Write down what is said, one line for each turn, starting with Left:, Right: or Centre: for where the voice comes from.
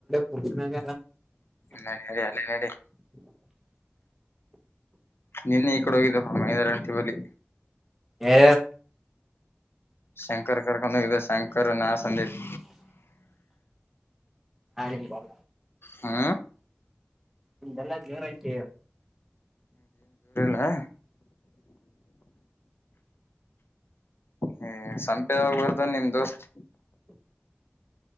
Centre: ಪುರ್ನಾಗ
Left: ನರಿ ಅಲ್ಲಿ ನಡಿ ನಿನ್ನೆ ಈ ಕಡೆ ಹೋಗಿದ್ದ ಮೈದಾರ ಗಂಟೆ ಬಳಿ
Centre: ಎ
Left: ಶಂಕರ್ ಕರ್ಕೊಂಡ ಹೋಗಿದ್ದ ಶಂಕರ್ ನ ಸಂದೀಪ್
Centre: ಹ ನೀ ಬ
Left: ಹಾ
Centre: ನಿಮ್ದ ಎಲ್ಲ ಜೇವರಯ್ತ
Left: ಹಾ ಹ ಸಂಪೆ ಆಗ ಬರ್ತನ್ ನಿಮ್ ದೋಸ್ತ್